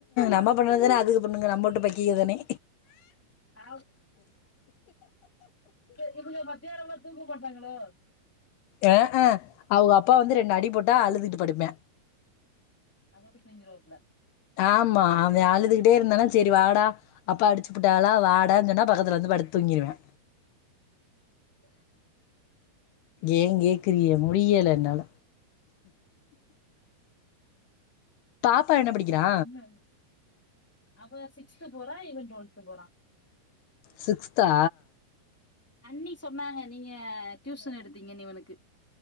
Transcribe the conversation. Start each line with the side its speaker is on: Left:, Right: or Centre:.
Left: நம்ம பண்ண தானே அதுகு பண்ணுங் நம்ம வீட்டு பக்கீங்க தானே
Centre: இ இவுங்க மத்தியானம்ல்லா தூங்க மாட்டாங்களோ
Left: அ அ அவுங்க அப்பா வந்து ரெண்டு அடி போட்டா அழுதுகிட்டு படுப்பே
Centre: அதோட தூங்கிருவாப்ல
Left: ஆமா அவ அழுதுகிட்டே இருந்தானா சேரி வாடா அப்பா அடிச்சுபுட்டாங்ளா வாடன்னு சொன்னா பக்கத்துல வந்து படுத்து தூங்கிருவியா
Centre: உஹ்
Left: ஏன் கேக்குறிய முடியல என்னால பாப்பா என்ன படிக்கிறா
Centre: என்ன அவ சிகஸ்த்து போறா இவ டுவல்த்து போறா
Left: சிக்ஸ்த்தா
Centre: அண்ணி சொன்னாங்க நீங்க டியூசன் எடுத்தீங்கனு இவனுக்கு